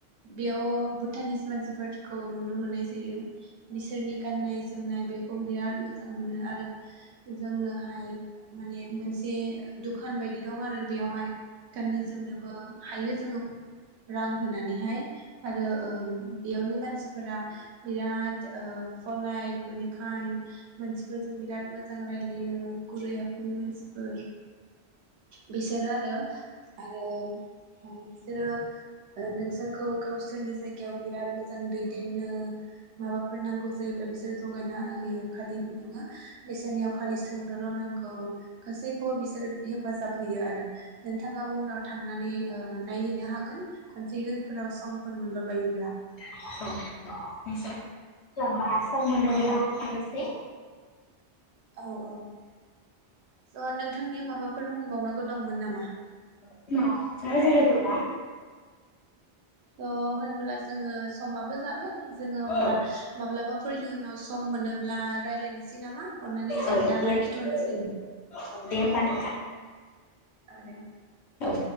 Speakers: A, on the right (about 80°); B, on the left (about 80°).
A: बेयाव भुटाननिस मानसिफोरखौ नुनो मोननाय जायो। बिसोरनि गाननाय जोमनाय बेखौ बिराद मो जां मोनो आरो जोंनोहाय मा माने मोनसे ए दुखान बायदि दं आरो बेयावहाय। गाननो जोमनोबो हायो जोङो रां होनानैहाय आरो ओ बेयावनि मानसिफोरा बिराद ओ फलाइट माने काइड मानसिफोरजों बिराद मोज मिलायो गुरै आखुनि मानसिफोर बिसोरो आरो आरो ओं बिसोरो ओ नोंसोरखौ गावसोरनि जायगायाव बिराद मोजां दैदेननो माबाफोर नांगौ जायोब्ला बिसोरो जगायना होयो खालि नोङो बिसोरनियाव खालि सोंनोल' नांगौ गासैखौबो बिसोर हेफाजाब होयो आरो नोंथाङाबो उनाव थांनानै ओ नायहैनो हागोन खनसे इयुनफोराव सम फोर मोनबा बायोब्ला।
B: औ <unintelligible> सम मोनोब्ला
A: ओ
B: थांनोसै।
A: औ औ स' नोंथांनिया माबाफ फोर बुंबावनांगौ दंमोन नामा?
B: <unintelligible> गैला।
A: ओ होनब्ला जोङो समाबो जाबाय। जोङो होमब्ला
B: औ
A: माब्लाबाफोर इयुनाव सम मोनोब्ला रायलायनो सि नामा? अननानै जोङो
B: औ
A: दा
B: दे
A: लाखिथ'नोसै ओम
B: औ दे होमबा नोंथां
A: औ दे।
B: औ।